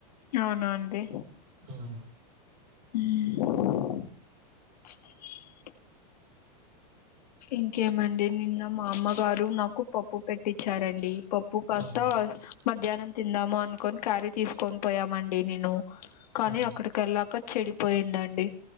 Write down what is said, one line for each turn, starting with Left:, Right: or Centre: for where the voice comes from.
Left: అవునా అండి
Right: హ్మ్
Left: ఊ ఇంకేమండి నిన్న మా అమ్మగారు నాకు పప్పు పెట్టిచ్చారండి. పప్పు కాస్తా
Right: ఉమ్,
Left: మధ్యాహ్నం తిందాము అనుకొని క్యారీ తీసుకొని పోయామండి నేను. కానీ
Right: ఆ,
Left: అక్కడికి ఎళ్ళాక చెడిపోయిందండి.